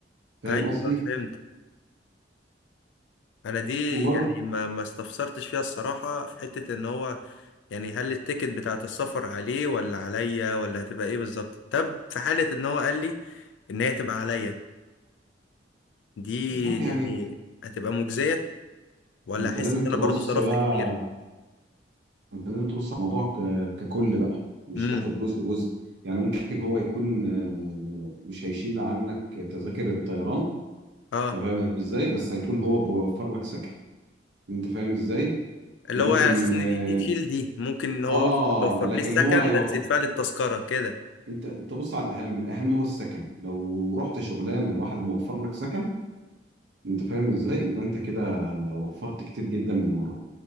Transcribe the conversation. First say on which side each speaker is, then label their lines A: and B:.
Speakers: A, on the right; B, on the left.
A: فاهم
B: ايوه
A: قصدي
B: فهمت انا دي
A: وبرضه
B: يعني ما ما استفسرتش فيها الصراحه في حته ان هو يعني هل التيكت بتاعه السفر عليه ولا عليا ولا هتبقى ايه بالظبط طب في حاله ان هو قال لي ان هي تبقى عليا دي
A: والله يعني
B: يعني هتبقى مجزيه ولا
A: ما انت
B: احس
A: لازم
B: ان
A: تبص
B: انا برضو صرفت
A: بقى
B: كتير
A: انت لازم تبص على الموضوع ك- ككل بقى مش
B: امم
A: تاخد جزء جزء يعني ممكن هو يكون آه، مش هيشيل عنك تذاكر الطيران
B: اه
A: انت فاهم ازاي بس هيكون هو بيوفر لك سكن انت فاهم ازاي
B: اللي
A: ممكن
B: هو على اساس ان
A: اه
B: دي دي تشيل دي ممكن ان هو
A: آه،
B: مثلا يوفر
A: لكن
B: لي السكن
A: هو هيوفر
B: بس يدفع لي التذكره كده
A: انت انت بص على الاهم الاهم هو السكن لو رحت شغلانه واحد موفر لك سكن انت فاهم ازاي يبقى انت كده وفرت كتير جدا من وراك